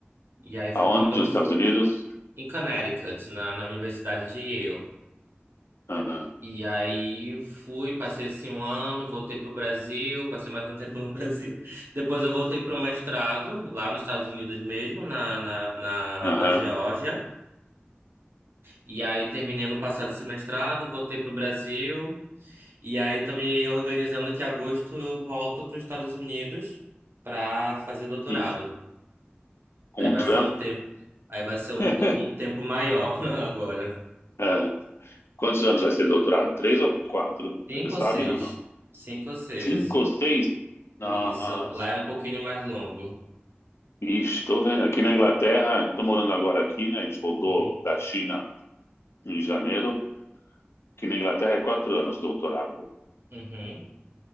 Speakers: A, on the right; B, on the left.
A: E aí foi
B: Aonde?
A: quando
B: Nos
A: eu... f-
B: Estados Unidos?
A: Em Connecticut, na, na Universidade de Yale.
B: Aham.
A: E aí fui, passei assim um ano, voltei pro Brasil, passei mais um tempo no <laughs> Brasil. Depois eu voltei para um mestrado, lá nos Estados Unidos mesmo, na, na, na,
B: Aham.
A: na Geórgia. E aí terminei no passado esse mestrado, voltei pro Brasil. E aí tô me organizando que em agosto eu volto para os Estados Unidos para fazer doutorado.
B: E com
A: Aí vai
B: o Trump?
A: ser um tempo, aí vai ser um,
B: <laughs>
A: to- um tempo maior <laughs> agora.
B: Ah, Quantos anos vai ser doutorado? Três ou quatro?
A: Cinco
B: Você
A: ou
B: sabe,
A: seis?
B: não?
A: Cinco ou seis.
B: Cinco ou seis? Nossa.
A: Isso. Lá é um pouquinho mais longo.
B: Ixi, estou vendo. Aqui na Inglaterra, estou morando agora aqui, né? A gente voltou
A: Uhum,
B: da China em janeiro. Aqui na Inglaterra é quatro anos doutorado.
A: uhum.